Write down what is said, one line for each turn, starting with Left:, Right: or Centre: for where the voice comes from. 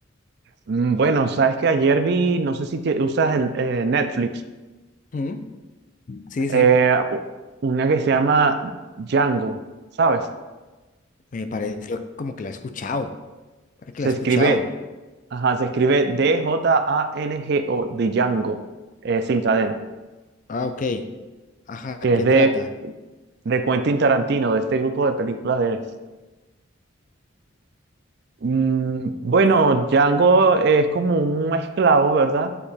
Right: Mm, Bueno, sabes que ayer vi, no sé si te- usas el eh, Netflix,
Left: Mm, Sí, sí,
Right: eh, u- una que se llama Django, ¿sabes?
Left: me parece yo como que la he escuchado. ¿Para que
Right: Se
Left: la he escuchado?
Right: escribe, ajá, se escribe D-J-A-N-G-O, de Django, eh, sin cadena,
Left: Ah, ok. Ajá, ¿de
Right: que
Left: qué
Right: es de,
Left: trata?
Right: de Quentin Tarantino, de este grupo de películas de... él. Mm, bueno,
Left: Y-
Right: Django es como un esclavo, ¿verdad?